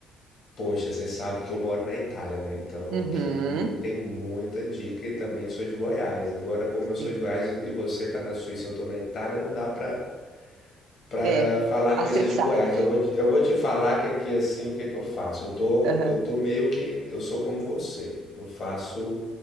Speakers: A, on the left; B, on the right.
A: poxa, você sabe que eu moro na Itália, né? Então
B: Uhum,
A: aqui tem muita dica e também sou de Goiás. Agora, como eu sou
B: sim.
A: de Goiás e você tá na Suíça, e eu tô na Itália, não dá pra para
B: É,
A: falar
B: acessar.
A: coisas de Goiás. Eu vou, te- eu vou te falar que aqui assim, o que que eu faço? Eu tô,
B: <laughs> Aham.
A: eu tô meio que, eu sou como você. Eu faço